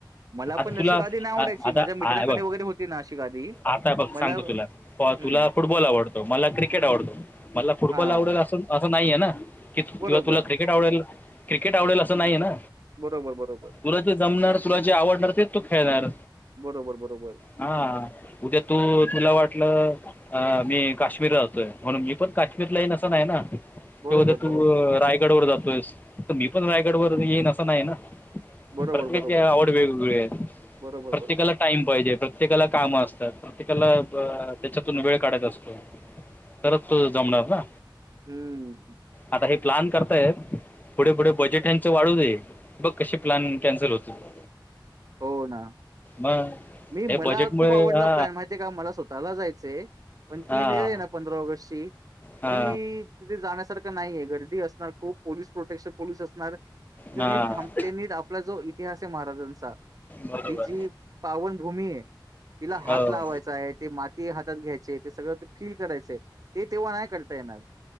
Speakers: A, on the right; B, on the left.
A: मला
B: आता
A: पण
B: तुला
A: अशी गादी नाही आवडायची
B: आता
A: माझ्या मित्रांकडे
B: बघ
A: वगैरे होती ना अशी गादी
B: आता बघ
A: मला
B: सांगतो तुला हो
A: हम्म
B: तुला फुटबॉल आवडतो मला क्रिकेट आवडतो मला फुटबॉल
A: हा
B: आवडेल अस असं नाहीय ना कि किंवा
A: बरोबर
B: तुला क्रिकेट आवडेल क्रिकेट आवडेल असं नाहीय ना
A: बरोबर बरोबर
B: तुला ज जमणार तुला जे आवडणार ते तू खेळणार
A: बरोबर बरोबर
B: हा उद्या तू तुला वाटलं अ मी काश्मीर राहतोय म्हणून मी पण काश्मीरला येईन असं नाही ना
A: बरोबर
B: तेवद्या तू
A: बरोबर
B: रायगड वर जातोयस तर मी पण रायगडवरर येईन असं नाही ना
A: बरोबर
B: प्रत्येकाची
A: बरोबर
B: आवड वेगवेगळी आहे
A: बरोबर
B: प्रत्येकाला
A: बरोबर.
B: टाईम पाहिजे प्रत्य प्रत्येकाला कामं असतात प्रत्येकाला त्याच्यातून वेळ काढत असतो तरत तू जमणार ना
A: हमं
B: आता हे प्लन करतायत पुढे पुढे बजेट यांच वाढू देई बघ कसे प्लॅन कॅन्सल होतील
A: हो ना
B: मग
A: मी
B: हे
A: मला
B: बजेटमुळे
A: खूप आवडला
B: हा
A: प्लॅन माहिती आहे का मला स्वतःला जायचंय पण
B: हा
A: ती वेळ आहे ना पंधरा ऑगस्ट ची
B: हा
A: ती तिथे जाण्यासारखं नाहीये गर्दी असणार खूप पोलीस प्रोटेक्शन पोलीस असणार
B: हा
A: नीट थांबते नीट आपला जो इतिहास आहे महाराजांचा
B: बरोबर
A: ति जी पावनभूमी आहे तिला हात
B: हो.
A: लावायचा आहे ते माती हातात घ्यायचे ते सगळं फील करायचंय तेव्हा नाही करता येणार